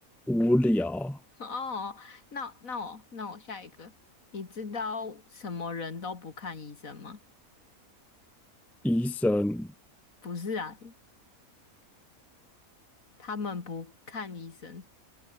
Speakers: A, in the centre; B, on the left.
A: 无聊，
B: <laughs> 哦，那那我那我下一个，你知道什么人都不看医生吗？
A: 医生，
B: 不是啊，他们不看医生，